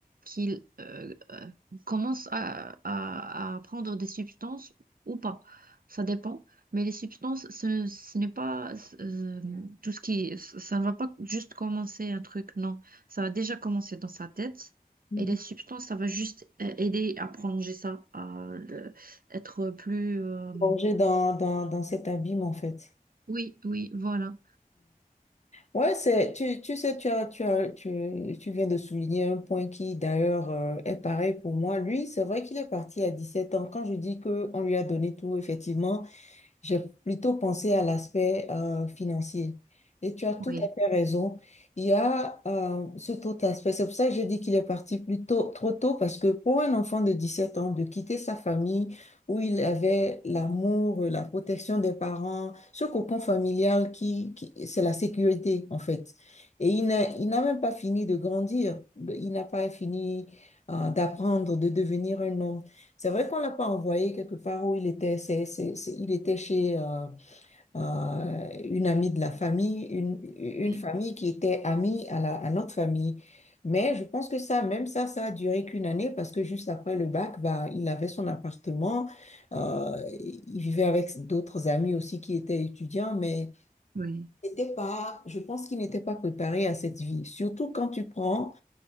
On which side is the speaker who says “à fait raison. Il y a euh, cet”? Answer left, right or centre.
Left